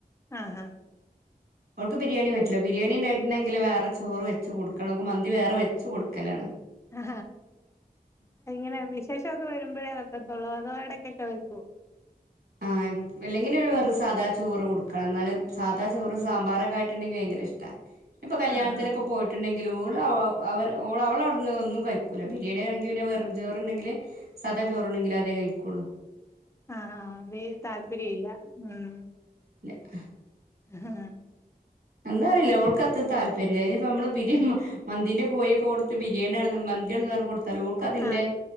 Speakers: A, on the left; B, on the right.
A: ആഹ് ഹ
B: അവൾക്ക് ബിരിയാണി പറ്റില്ല ബിരിയാണി ഉണ്ടട്ടുണ്ടെങ്കില് വേറെ ചോറ് വെച്ച് കൊടുക്കണംക്ക് മന്തി വേറെ വെച്ച് കൊടുക്കലാണ്
A: ആ ഇങ്ങനെ വിശേഷക്ക വ വരുമ്പോഴേ വെക്കത്തുള്ളൂ അതോ എടക്കൊക്കെ വെക്കുവോ
B: ആഹ് ഇല്ലെങ്കിനും വെറു സാദാ ചോറ് കൊടുക്ക എന്നാല് സാധാ ചോറ് സാമ്പാറൊക്കെ ആയിട്ട്ണ്ടെങ്കി ഭയങ്കര ഇഷ്ടാ ഇപ്പൊ കല്യാണത്തിനൊക്കെ
A: ആഹ്
B: പോയിട്ടുണ്ടെങ്കിലൂ ഓൾ ള് അവ അവളവിടുന്ന്ന്നും കഴിക്കൂല്ല ബിരിയാണി വണെങ്ക പിന്നെ വെറുംചോറുണ്ടെങ്കിൽ സദാ ചോറണെങ്കിൽ അതെ കഴിക്കുള്ളു
A: ആഹ് ആഹ് വേ താല്പര്യ ഇല്ല ഉം
B: അ
A: <unintelligible>
B: എന്താ അറിയില്ല അവൾക്ക് അത്ര താല്പര്യമില്ല അതിനിപ്പ നമ്മള് ബിരി മാ മന്തിന്റെ കോഴിയൊക്കെ കൊടുത്ത് ബിരിയാണിയാണ് മന്തി ആണെന്ന് പറഞ്ഞ് കൊടു തല ഓൾക്ക് അതിന്റെ
A: ആഹ്